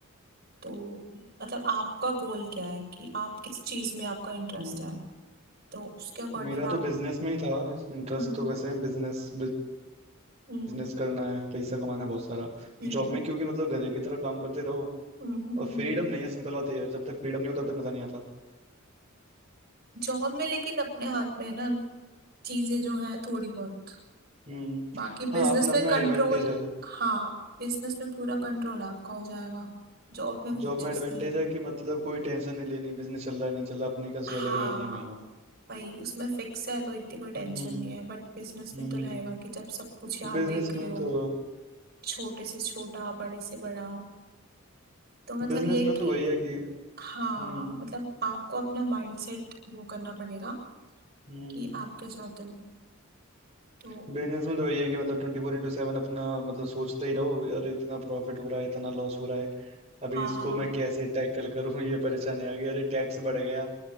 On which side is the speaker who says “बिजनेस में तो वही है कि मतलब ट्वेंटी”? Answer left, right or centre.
Right